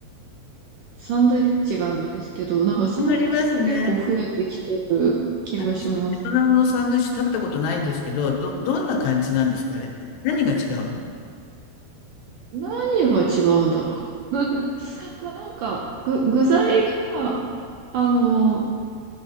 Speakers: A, on the right; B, on the left.
A: サンドイッチがあるんですけど、なんかそのお店が結構増えてきてる気がします。
B: ありますね。私、ベトナムのサンドイッチ食べたことないんですけど、ど、どんな感じなんですかあれ。何が違うの
A: 何が違うんだろう。<laughs> なんか、ぐ、具材が、あの、